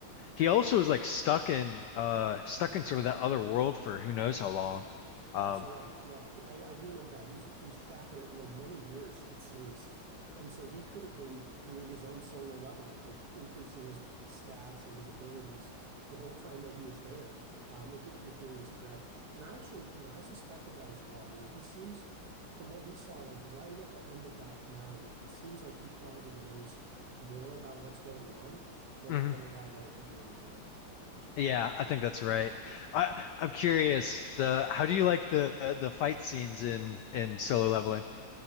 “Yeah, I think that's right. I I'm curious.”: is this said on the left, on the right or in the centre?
Left